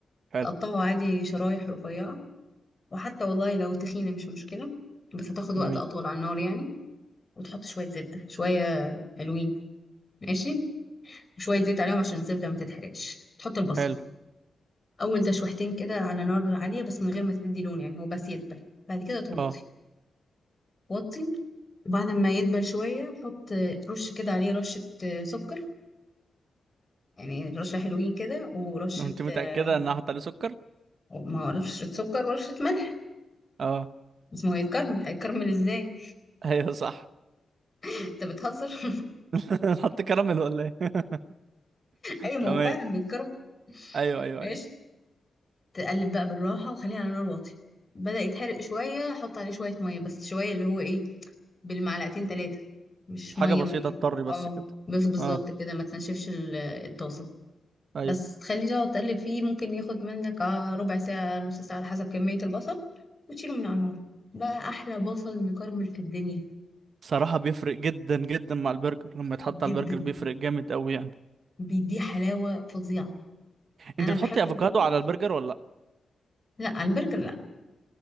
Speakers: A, on the right; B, on the left.
A: حلو
B: تقطعه عادي شرايح رفيعه وحتى والله لو تخينه مش مشكله بس هتاخد وقت
A: جميل
B: اطول على النار يعني وتحط شويه زبده شويه حلوين ماشي وشويه زيت عليهم عشان الزبده ما تتحرقش تحط البصل
A: حلو
B: اول تشويحتين كده على نار عاليه بس من غير ما تدي لون يعني هو بس يدبل بعد كده توطي
A: اه
B: وطي وبعد ما يدبل شويه حط آه، رش كده عليه رشه آه، سكر يعني رشة حلوين كده ورشة
A: انت متأكدة
B: آه،
A: ان هحط عليه سكر
B: ما هو رشة سكر ورشة ملح
A: اه
B: بس ما هو يتكرمل هيتكرمل ازاي
A: ايوه صح
B: <laughs> انت بتهزر <laughs>
A: <laughs> نحط كراميل ولا ايه <laughs>
B: ايوه
A: تمام
B: ما هو فعلا بيتكرمل
A: ايوه ايوه
B: ماشي
A: ايوه
B: تقلب بقى بالراحة وخليها على نار واطية بدأ يتحرق شوية حط عليه شوية مية بس شوية اللي هو ايه بالمعلقتين تلاتة مش
A: حاجه
B: مية
A: بسيطه
B: مية
A: اضطر بس
B: اه
A: كده
B: بس بالظبط
A: اه
B: كده ما تنشفش ال- الطاسة
A: ايوه
B: بس تخليه تقعد تقلب فيه ممكن ياخد منك آه، ربع ساعة نص ساعة على حسب كمية البصل وتشيله من على النار بقى أحلى بصل مكرمل في الدنيا
A: صراحه بيفرق جدا جدا مع البرجر لما يتحط
B: جدا
A: على البرجر بيفرق جامد قوي يعني
B: بيديه حلاوة فظيعة أنا
A: انت بتحطي
B: بحب
A: افوكادو
B: البرجر
A: على البرجر ولا لا
B: لا البرجر لا